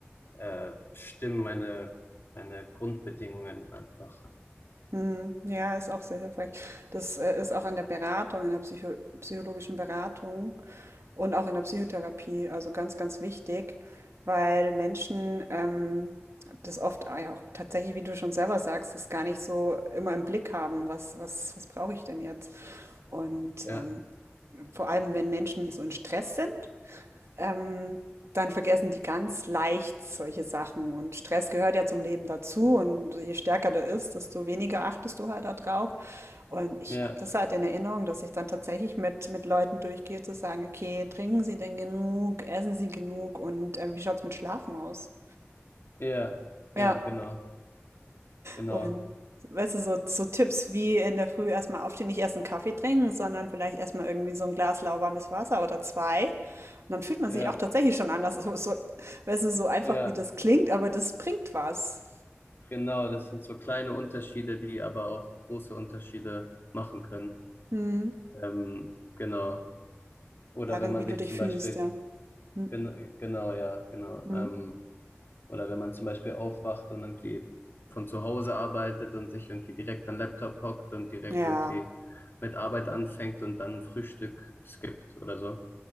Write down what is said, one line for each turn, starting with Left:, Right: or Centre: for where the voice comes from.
Left: äh, stimmen meine, meine Grundbedingungen einfach.
Right: Mhm. Ja, ist auch sehr hilfreich. Das, äh, ist auch in der Beratung, in der Psycho psychologischen Beratung und auch in der Psychotherapie, also ganz, ganz wichtig, weil Menschen ähm, das oft ah ja, auch tatsächlich, wie du schon selber sagst, das gar nicht so immer im Blick haben, was, was, was brauche ich denn jetzt? Und
Left: Ja,
Right: ähm, vor allem, wenn Menschen so in Stress sind, ähm, dann vergessen die ganz leicht solche Sachen. Und Stress gehört ja zum Leben dazu. Und je stärker der ist, desto weniger achtest du halt darauf. Und ich
Left: ja,
Right: habe das halt in Erinnerung, dass ich dann tatsächlich mit, mit Leuten durchgehe, zu sagen, okay, trinken Sie denn genug, essen Sie genug und äh, wie schaut's mit Schlafen aus?
Left: ja, ja,
Right: Ja,
Left: genau, genau,
Right: und weißt du, so, so Tipps wie in der Früh erstmal aufstehen, nicht erst einen Kaffee trinken, sondern vielleicht erstmal irgendwie so ein Glas lauwarmes Wasser oder zwei. Und dann fühlt man
Left: ja,
Right: sich auch tatsächlich schon anders. So, so, weißt du, so einfach
Left: ja.
Right: wie das klingt, aber das bringt was.
Left: Genau, das sind so kleine Unterschiede, die aber auch große Unterschiede machen können.
Right: Hm.
Left: Ähm, genau. Oder
Right: Darin,
Left: wenn man
Right: wie du
Left: sich
Right: dich
Left: zum
Right: fühlst,
Left: Beispiel,
Right: ja. Hm.
Left: gen genau, ja, genau.
Right: Hm.
Left: Ähm, oder wenn man zum Beispiel aufwacht und irgendwie von zu Hause arbeitet und sich irgendwie direkt an den Laptop hockt und direkt
Right: Ja.
Left: irgendwie mit Arbeit anfängt und dann Frühstück skippt oder so,